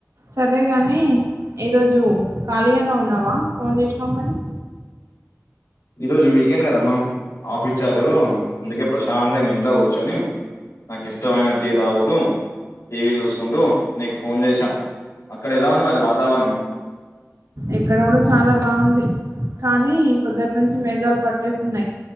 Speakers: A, on the right; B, on the left.
A: సరే కానీ ఈరోజు ఖాళీగానే ఉన్నావా ఫోన్ చేసినావు మరి
B: ఈ రోజు వీకెండ్ కదమ్మా ఆఫ్ ఇచ్చారు అందుకే ప్రశాంతంగా ఇంట్లో కూర్చొని నాకు ఇష్టమైన టీ తాగుతూ టీవీ చూసుకుంటూ నీకు ఫోన్ చేసా అక్కడ ఎలా ఉంది మరి వాతావరణం
A: ఇక్కడ కూడ చాలా బావుంది కానీ పొద్దటి నుంచి మేఘాలు పట్టేసి ఉన్నాయి